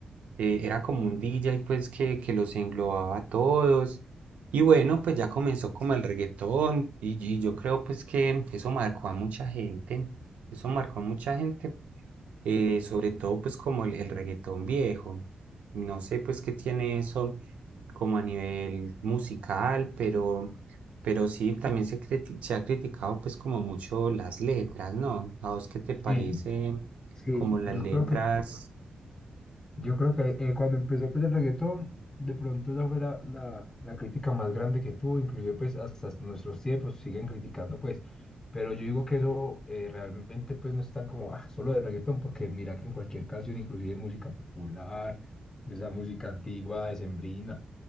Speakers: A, on the right; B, on the left.
A: eh, era como un DJ pues que, que los englobaba a todos y bueno, pues ya comenzó como el reggaetón y, y yo creo pues que eso marcó a mucha gente, eso marcó a mucha gente, eh, sobre todo pues como el, el reggaetón viejo. No sé pues qué tiene eso como a nivel musical, pero, pero sí, también se, criti- se ha criticado pues como mucho las letras, ¿no? ¿A vos qué te parece
B: Sí, sí,
A: como las
B: yo
A: Mm. letras
B: creo que Yo creo que eh, cuando empezó pues, el reggaetón, de pronto esa fue la, la- la crítica más grande que tuvo, inclusive pues hasta nuestros tiempos siguen criticando pues, pero yo digo que eso eh, realmente pues no es tan como, ah, solo del reggaetón, porque mira que en cualquier canción, inclusive música popular, de esa música antigua, decembrina